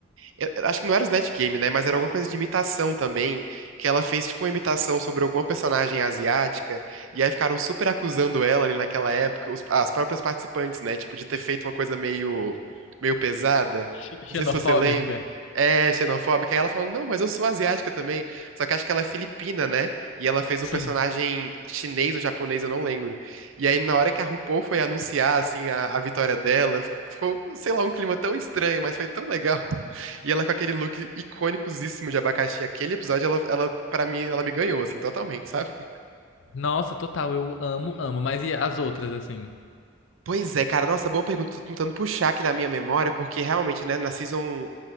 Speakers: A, on the right; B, on the left.
A: eu- eu acho que não era Snatch Game, né? Mas era alguma coisa de imitação também, que ela fez tipo uma imitação sobre alguma personagem asiática, e aí ficaram super acusando ela ali naquela época, os- as próprias participantes, né? Tipo, de ter feito uma coisa meio, meio pesada.
B: Xe-
A: Não
B: Xenofóbica?
A: sei se você lembra. É, xenofóbica. Aí ela falou, não, mas eu sou asiática também. Só que acho que ela é filipina, né? E ela fez
B: Sim.
A: um personagem chinês ou japonês, eu não lembro. E aí, na hora que a RuPaul foi anunciar, assim, a, a vitória dela, ficou, sei lá, um clima tão estranho, mas foi tão legal. E ela com aquele look icônicosíssimo de abacaxi. Aquele episódio, ela, ela, pra mim, ela me ganhou, assim, totalmente, sabe?
B: Nossa, total, eu amo, amo. Mas e as outras, assim?
A: Pois é, cara. Nossa, boa pergunta. Tô tentando puxar aqui na minha memória, porque realmente, né, na Season